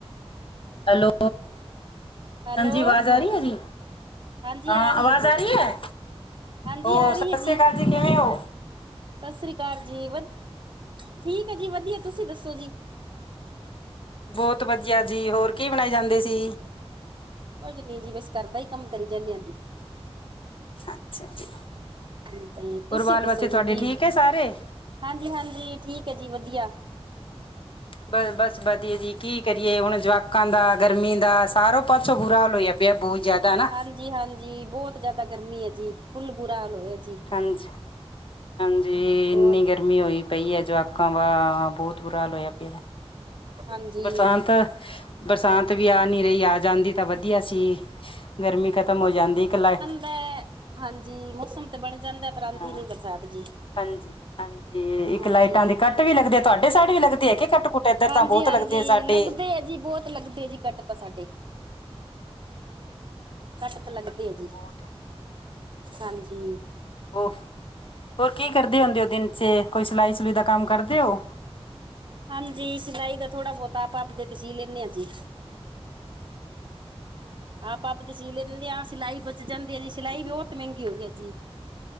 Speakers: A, on the left; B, on the right.
A: ਹੈਲੋ
B: ਹੈਲੋ।
A: ਹਾਂਜੀ ਆਵਾਜ਼ ਆ ਰਹੀ ਹੈ ਅਭੀ
B: ਹਾਂਜੀ
A: ਹਾਂ ਆਵਾਜ਼
B: ਹੈ ਜੀ,
A: ਆ ਰਹੀ ਏ,
B: ਹਾਂਜੀ
A: ਹੋਰ
B: ਆ ਰਹੀ
A: ਸਤਿ
B: ਹੈ
A: ਸ੍ਰੀ ਅਕਾਲ ਜੀ ਕਿਵੇਂ ਹੋ?
B: ਸਤਿ ਸ੍ਰੀ ਅਕਾਲ ਜੀ ਵ, ਠੀਕ ਹੈ ਜੀ ਵਧੀਆ ਤੁਸੀਂ ਦੱਸੋ ਜੀ?
A: ਬਹੁਤ ਵਧੀਆ ਜੀ। ਹੋਰ ਕੀ ਬਣਾਏ ਜਾਂਦੇ ਸੀ।
B: ਕੁਝ ਨੀ ਜੀ ਵਸ ਘਰ ਦਾ ਹੀ ਕੰਮ ਕਰੀ ਜਾਂਦੇ ਆ।
A: ਅੱਛਾ ਜੀ
B: ਹਾਂਜੀ, ਤੁਸੀਂ
A: ਹੋਰ ਬਾਲ
B: ਦੱਸੋ
A: ਬੱਚੇ ਤੁਹਾਡੇ
B: ਜੀ ਕੀ।
A: ਠੀਕ ਹੈ ਸਾਰੇ
B: ਹਾਂਜੀ- ਹਾਂਜੀ, ਠੀਕ ਹੈ ਜੀ ਵਧੀਆ।
A: ਬ ਬਸ ਵਧੀਆ ਜੀ। ਕੀ ਕਰੀਏ ਹੁਣ ਜਵਾਕਾਂ ਦਾ, ਗਰਮੀ ਦਾ ਸਾਰੋਂ ਪਾਸੋਂ ਬੁਰਾ ਹਾਲ ਹੋਇਆ। ਬੇ ਬਹੁਤ ਜ਼ਿਆਦਾ ਨਾ
B: ਹਾਂਜੀ-ਹਾਂਜੀ। ਬਹੁਤ ਜਿਆਦਾ ਗਰਮੀ ਹੈ ਜੀ ਫੁੱਲ ਬੁਰਾ ਹਾਲ ਹੋਇਆ ਜੀ।
A: ਠੰਝ- ਹਾਂਜੀ
B: ਹੋਰ
A: ਇੰਨੀ ਗਰਮੀ ਹੋਈ ਪਈ ਹੈ ਜਵਾਕਾਂ ਵਾ ਬਹੁਤ ਬੁਰਾ ਹਾਲ ਹੋਇਆ ਪਿਆ।
B: ਹਾਂਜੀ
A: ਬਰਸਾਂਤ ਬਰਸਾਤ ਵੀ ਆ ਨਹੀਂ ਰਹੀ ਆ ਜਾਂਦੀ ਤਾਂ ਵਧੀਆ ਸੀ ਗਰਮੀ ਖਤਮ ਹੋ ਜਾਂਦੀ ਇਕਲਾ
B: ਮੈਂ ਹਾਂਜੀ ਮੌਸਮ ਤੇ ਬਣ ਜਾਂਦਾ ਪਰ
A: ਹਾਂ
B: ਆਂਦੀ ਨੀ ਬਰਸਾਤ ਜੀ।
A: ਹਾਂਜੀ -ਹਾਂਜੀ। ਤੇ ਇੱਕ
B: ਹਾਂਜੀ
A: ਲਾਈਟਾਂ ਦੇ ਕੱਟ ਵੀ ਲੱਗਦੇ ਆ ਤੁਹਾਡੇ ਸਾਈਡ ਵੀ ਲੱਗਦੀ ਹੈ ਕਿ ਕੱਟ-ਕੁੱਟ ਇੱਧਰ
B: ਹਾਂਜੀ
A: ਤਾਂ ਬਹੁਤ
B: ਹਾਂਜੀ
A: ਲੱਗਦੇ ਆ ਸਾਡੇ।
B: ਲੱਗਦੇ ਆ ਜੀ ਬਹੁਤ ਲੱਗਦੇ ਜੀ ਕੱਟ ਤਾਂ ਸਾਡੇ। ਕੱਟ
A: ਹਾਂਜੀ
B: ਤਾਂ ਲੱਗਦੇ ਆ ਜੀ,
A: ਬਹੁਤ
B: ਹਾਂਜੀ।
A: ਉਹ ਹੋਰ ਕੀ ਕਰਦੇ ਹੁੰਦੇ ਹੋ ਦਿਨ ਚ ਕੋਈ ਸਿਲਾਈ ਸਲੂਈ ਦਾ ਕੰਮ ਕਰਦੇ ਹੋ?
B: ਹਾਂਜੀ। ਸਿਲਾਈ ਦਾ ਥੋੜ੍ਹਾ ਬਹੁਤਾ ਆਪ ਆਪਦੇ ਤੇ ਸੀ ਲੈਂਦੇ ਹਾਂ ਜੀ। ਆਪ ਆਪ ਤੇ ਸੀ ਲੈ। ਲਿੰਦੇ ਹਾਂ ਸਿਲਾਈ ਬ ਜਾਂਦੇ ਆ ਜੀ ਸਿਲਾਈ
A: ਹਾਂਜੀ
B: ਵੀ ਬਹੁਤ ਮਹਿੰਗੀ ਹੋਈ ਹੈ ਜੀ।